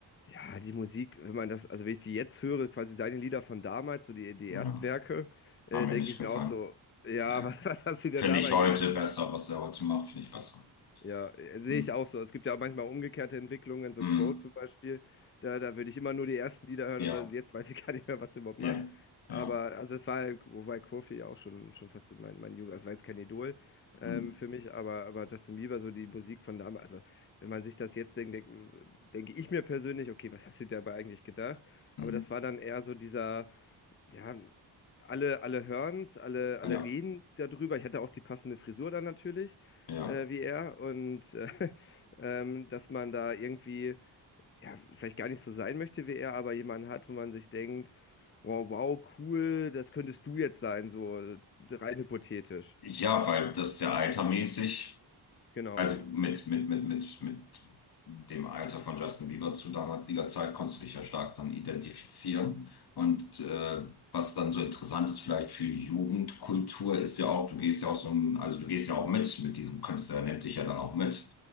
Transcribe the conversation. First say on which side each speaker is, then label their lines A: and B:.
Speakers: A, on the left; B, on the left.
A: ja, die Musik, wenn man das, also wenn ich die jetzt höre, quasi seine Lieder von damals, so die, die
B: Ja,
A: Erstwerke, äh,
B: hat mir
A: denke
B: nicht
A: ich
B: gefallen.
A: mir auch so, ja,
B: Nee.
A: <laughs> was, was hast du dir
B: Finde
A: dabei
B: ich heute besser, was er heute macht, finde ich besser.
A: ja, äh, sehe
B: Hm.
A: ich auch so. Es gibt ja auch manchmal umgekehrte Entwicklungen, so
B: Hm.
A: Crow zum Beispiel. Da, da würde ich immer nur die ersten Lieder hören
B: Ja,
A: und dann, jetzt weiß ich <laughs> gar nicht mehr, was der überhaupt
B: ja,
A: macht. Aber
B: ja.
A: also es war, wobei Kofi ja auch schon, schon fast in mein, meine Jugend, das war jetzt kein Idol ähm,
B: Hm,
A: für mich, aber, aber Justin Bieber, so die Musik von damals, also wenn man sich das jetzt denkt, denk, denke ich mir persönlich, okay, was hast du dir dabei eigentlich gedacht?
B: hm.
A: Aber das war dann eher so dieser ja, alle, alle hören's, alle, alle
B: Ja,
A: reden darüber. Ich hatte auch die passende Frisur dann natürlich,
B: ja.
A: äh, wie er. Und äh, <laughs> ähm, dass man da irgendwie, ja, vielleicht gar nicht so sein möchte wie er, aber jemanden hat, wo man sich denkt, wow, wow, cool, das könntest du jetzt sein, so rein hypothetisch.
B: Ja, weil das ja altermäßig,
A: Genau.
B: also mit, mit, mit, mit, mit dem Alter von Justin Bieber zu damaliger Zeit konntest du dich ja stark dann identifizieren. Und äh, was dann so interessant ist, vielleicht für Jugendkultur, ist ja auch, du gehst ja auch so, ein- also du gehst ja auch mit, mit diesem Künstler, der nimmt dich ja dann auch mit.